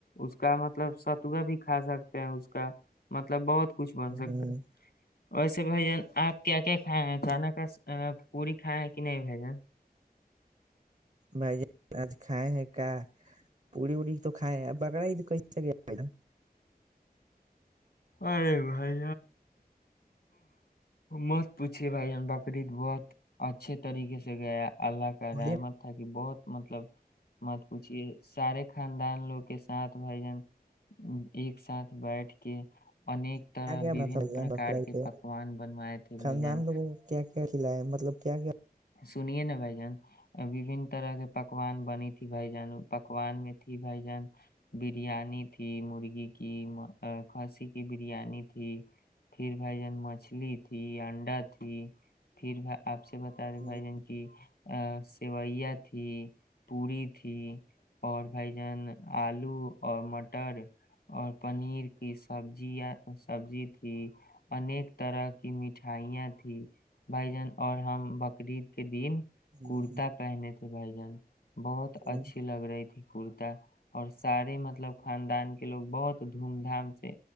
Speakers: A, on the left (about 70°); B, on the right (about 50°).
A: اس کا مطلب ستوا بھی کھا سکتے ہیں اس کا مطلب بہت کچھ بن
B: ہ
A: سکتا ہے ویسے بھ جان آپ کیا کیا کھائے ہیں کانا کا پوری کھائےیں کہ نہیں بھ جن
B: بھائی آج کھائے ہیں کیا پوڑی اڑی تو کھائے بکرا تو کی کیا
A: ارے بھائی مت پوچھی بھائی جان بقرریید بہت اچھے طریقے سے گیا اللہ کا
B: بولیے
A: رحمت تھا کہ بہت مطلب مت پوچھیے سارے خاندان لوگ کے ساتھ بھائی جن ایک ساتھ بیٹھ کے انیک
B: کیا
A: طرح
B: کیا
A: وبن
B: بنا تھا بھان
A: پرکار
B: بکرا عید
A: کے
B: پہ؟
A: پکوان بنوائے تھے
B: خاندان
A: بھجن
B: لوگوں کو کیا کیا کھلایا ہے؟ مطلب کیا کیا
A: سنیے نا بھائی جان وبن طرح کے پکوان بنی تھی بھائی جان پکوان میں تھی بھائی جان بریانی تھی مرغی کی کھسی کی بریانی تھی پھر بھائی جان مچھلی تھی انڈا تھی پھر آپ سے ب بھائی
B: ہوں،
A: جن کی سیوئیا تھی پوڑی تھی اور بھائی جان آلو اور مٹر اور پنیر کی سبزیا سبزی تھی انیک طرح کی مٹھائیاں تھی بھائی جان اور ہم ب تقریب کے دین
B: ہوں،
A: کرتا پہنے تھے بھائی جان بہت
B: ہوں،
A: اچھی لگ رہی تھی کر اور سارے مطلب خاندان کے لوگ بہت دھوم دھام سے